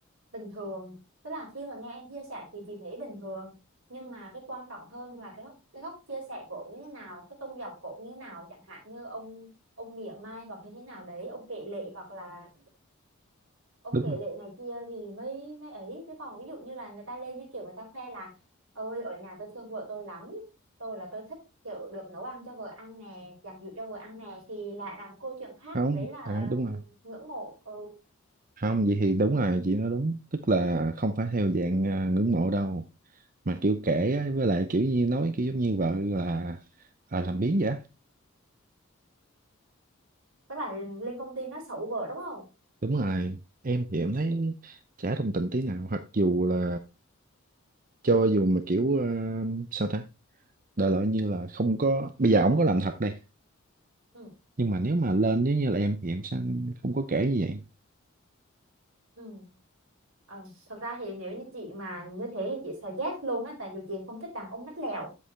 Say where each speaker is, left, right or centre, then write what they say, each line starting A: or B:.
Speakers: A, on the right; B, on the right.
A: bình thường tức là khi mà nghe em chia sẻ thì chị thấy bình thường nhưng mà cái quan trọng hơn là cái góc cái góc chia sẻ của ông như thế nào cái tông dòng của ông như thế nào chẳng hạn như ông ông mỉa mai hoặc như thế nào đấy ông kể lể hoặc là ông
B: đúng
A: kể
B: rồi
A: lể này kia thì mới mới ấy chứ còn ví dụ như là người ta lên như kiểu người ta khoe là ôi ở nhà tôi thương vợ tôi lắm tôi là tôi thích kiểu được nấu ăn cho vợ ăn nè giặt giũ cho vợ ăn nè thì lại làm câu chuyện khác
B: không
A: đấy là
B: à đúng rồi
A: ngưỡng mộ ừ.
B: không vậy thì đúng rồi chị nói đúng tức là không phải theo dạng à, ngưỡng mộ đâu mà kiểu kể á, với lại kiểu như nói kiểu giống như vợ là à, làm biếng vậy á.
A: tức là lên công ty nó sụ vợ đúng không
B: đúng rồi em thì em thấy
A: Chị-
B: chả đồng tình tí nào hoặc dù là cho dù mà kiểu à, sao ta đại loại như là không có bây giờ ổng có làm thật đây
A: ừ,
B: nhưng mà nếu mà lên nếu như là em thì em sẽ không có kể như vậy
A: ừ. Ờ, thật ra thì nếu như chị mà như thế thì chị sẽ ghét luôn á tại vì chị không thích đàn ông mắt lẹo